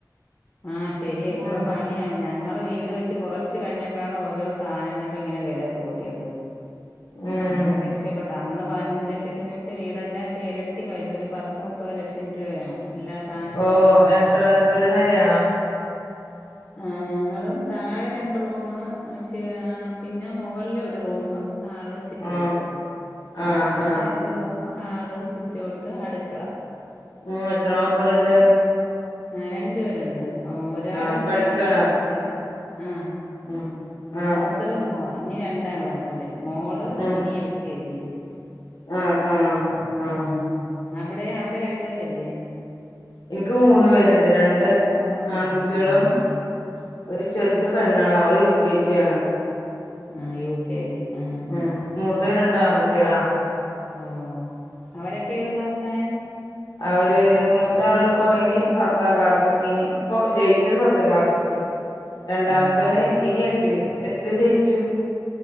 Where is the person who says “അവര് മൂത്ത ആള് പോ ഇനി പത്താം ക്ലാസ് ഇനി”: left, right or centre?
Left